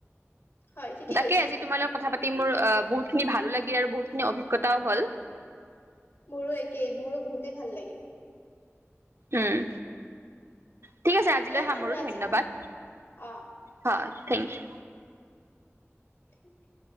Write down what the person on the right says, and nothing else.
তাকেই
আজি তোমাৰ লগত কথা পাতি, পাতি মোৰ আ' বহুত খিনি ভালো লাগে আৰু বহুতখিনি অভিজ্ঞতাও হ'ল।
উম, ঠিক আছে আজিলৈ
সামৰো
ধন্যবাদ,
হয়, থেংক ইউ।